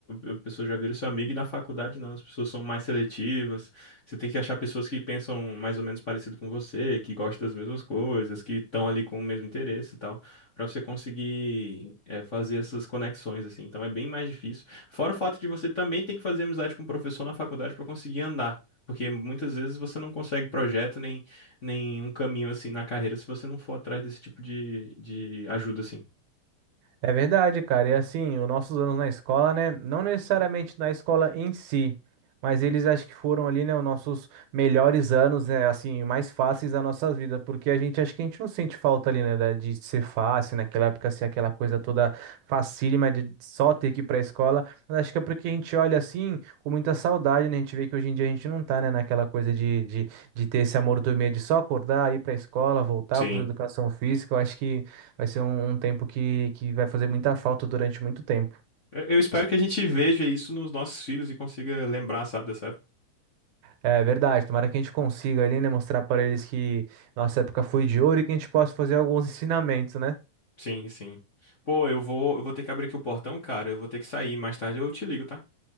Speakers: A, on the left (about 30°); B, on the right (about 75°).
A: a pessoa já vira seu amigo, e na faculdade não, as pessoas são mais seletivas, você tem que achar pessoas que pensam mais ou menos parecido com você, que gostam das mesmas coisas, que estão ali com o mesmo interesse e tal, pra você conseguir é, fazer essas conexões, assim, então é bem mais difícil. Fora o fato de você também ter que fazer amizade com o professor na faculdade pra conseguir andar. Porque muitas vezes você não consegue projeto nem nenhum caminho assim na carreira se você não for atrás desse tipo de, de ajuda assim.
B: É verdade, cara. E assim, os nossos anos na escola, né? Não necessariamente na escola em si, mas eles acho que foram ali, né, os nossos melhores anos, né? Assim, mais fáceis da nossa vida, porque a gente acho que a gente não sente falta ali, né, da- de ser fácil, naquela época ser aquela coisa toda facílima de só ter que ir pra escola. Mas acho que é porque a gente olha assim com muita saudade, né? A gente vê que hoje em dia a gente não tá, né, naquela coisa de, de, de ter esse amor dormir, de só acordar, ir pra escola, voltar,
A: Sim.
B: fazer educação física. Eu acho que. Vai ser um, um tempo que, que vai fazer muita falta durante muito tempo.
A: Eu eu espero que a gente veja isso nos nossos filhos e consiga lembrar, sabe, dessa época.
B: É verdade, tomara que a gente consiga ali, né, mostrar para eles que nossa época foi de ouro e que a gente possa fazer alguns ensinamentos, né?
A: Sim, sim. Pô, eu vou, eu vou ter que abrir aqui o portão, cara. Eu vou ter que sair. Mais tarde eu te ligo, tá?